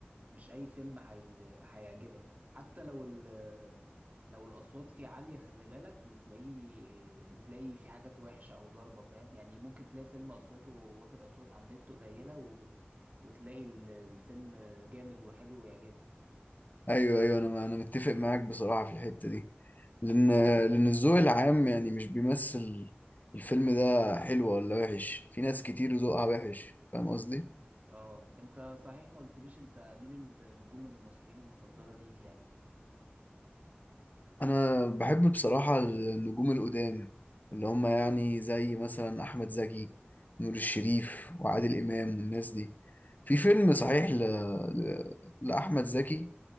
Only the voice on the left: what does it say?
ايوه ايوه انا انا متفق معاك بصراحه في الحته دي لان لان الذوق العام يعني مش بيمثل الفيلم ده حلو ولا وحش في ناس كتير ذوقها وحش فاهم قصدي
انا بحب بصراحه النجوم القدام اللي هم يعني زي مثلا احمد زكي نور الشريف وعادل امام والناس دي في فيلم صحيح ل... ل... لاحمد زكي